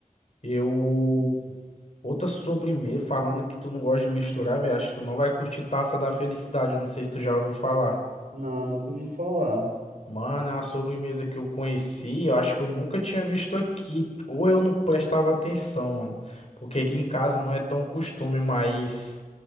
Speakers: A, on the left (about 55°); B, on the right (about 85°).
A: eu. Outra sobremesa, falando que tu não gosta de misturar, velho, acho que tu não vai curtir Taça da Felicidade, eu não sei se tu já ouviu falar.
B: Não, nunca ouvi falar.
A: Mano, é uma sobremesa que eu conheci, eu acho que eu nunca tinha visto aqui, ou eu não prestava atenção, mano, porque aqui em casa não é tão costume, mas